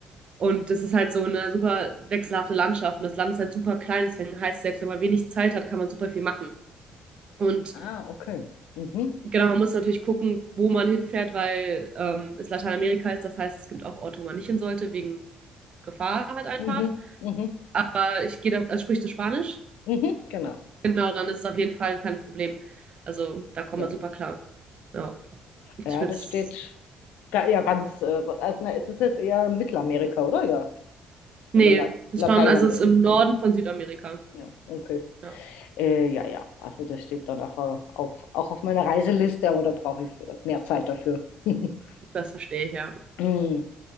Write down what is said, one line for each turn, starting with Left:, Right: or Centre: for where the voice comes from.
Right: Und das ist halt so eine super wechselhafte Landschaft. Und das Land ist halt super klein, deswegen heißt es, selbst wenn man wenig Zeit hat, kann man super viel machen. Und
Left: Ah, okay. Mhm.
Right: genau, man muss natürlich gucken, wo man hinfährt, weil ähm, es Lateinamerika ist. Das heißt, es gibt auch Orte, wo man nicht hin sollte, wegen Gefahr halt einfach.
Left: Mhm. Mhm.
Right: Aber ich gehe da, also sprichst du Spanisch?
Left: Mhm. Genau.
Right: Genau, dann ist es auf jeden Fall kein Problem. Also da kommt
Left: ja.
Right: man super klar. Ja, ich
Left: Ja,
Right: würde
Left: das
Right: es.
Left: steht ga- ja ganz, äh, also, ne, es ist jetzt eher Mittelamerika, oder? Ja.
Right: Nee,
Left: Oder La
Right: das
Left: Lateinamerika.
Right: ist schon, also es ist im Norden
Left: Mhm.
Right: von Südamerika.
Left: Ja, okay.
Right: Ja,
Left: Äh, ja, ja. Also das steht dann auch, äh, auf, auch auf meiner Reiseliste, aber da brauche ich äh, mehr Zeit dafür. <laughs>
Right: das verstehe ich ja.
Left: Hm.